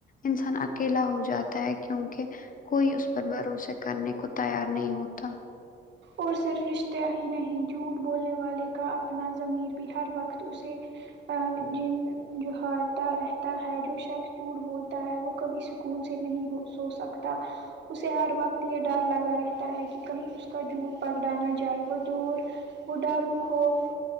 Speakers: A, on the left; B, on the right.
A: انسان اکیلا ہو جاتا ہے کیونکہ کوئی اس پر بھروسے کرنے کو تیار نہیں ہوتا
B: اور صرف رشتہ ہی نہیں جھوٹ بولنے والے کا اپنا ضمیر بھی ہر وقت اسے آں جن جو ہارتا رہتا ہے جو شخص جھوٹ بولتا ہے وہ کبھی سکون سے نہیں ہو سو سکتا اسے ہر وقت یہ ڈر لگا رہتا ہے کہ کہیں کا جھوٹ پکڑانا جائے وہ دور وہ ڈر اور خوف